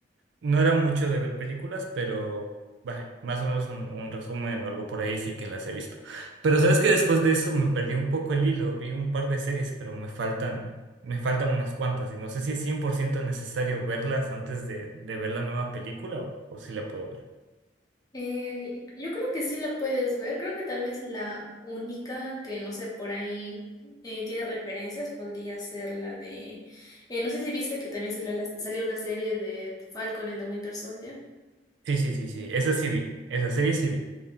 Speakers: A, on the right; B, on the left.
A: no era mucho de ver películas, pero bah, más o menos un, un resumen o algo por ahí sí que las he visto. Pero sabes que después de eso me perdí un poco el hilo, vi un par de series, pero me faltan, me faltan unas cuantas y no sé si es 100% necesario verlas antes de, de ver la nueva película o, o si la puedo ver.
B: Eh, yo creo que sí la puedes ver, creo que tal vez la única que, no sé, por ahí eh, tiene referencias podría ser la de, eh, no sé si viste que también salió, la- salió una serie de Falcon and the Winter Soldier.
A: Sí, sí, sí, sí, esa sí vi, esa serie sí vi.